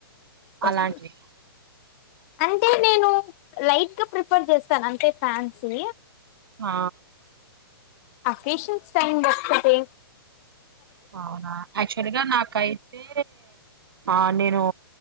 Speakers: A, on the left; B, on the right.
A: అజ
B: అలాంటివి
A: అంటే నేను లైట్ గా ప్రిఫర్ చేస్తాను అంటే ఫ్యాన్సీ
B: ఆ
A: అకేషన్స్ టైం బర్తతే
B: అవునా యాక్చువల్గా నాకైతే ఆ నేను